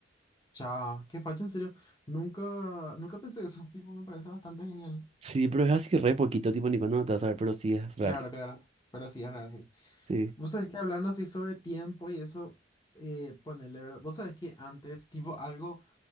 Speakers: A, on the left; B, on the right.
A: Cha, qué facha, en serio. Nunca, nunca pensé eso. <laughs> Tipo, me parece bastante genial.
B: Sí, pero es así re poquito, tipo ni cuando no te vas a ver, pero sí es real.
A: Claro, claro. Pero sí, es real, sí.
B: Sí.
A: Vos sabés que hablando así sobre tiempo y eso, eh, ponele, ¿verdad? Vos sabés que antes, tipo, algo.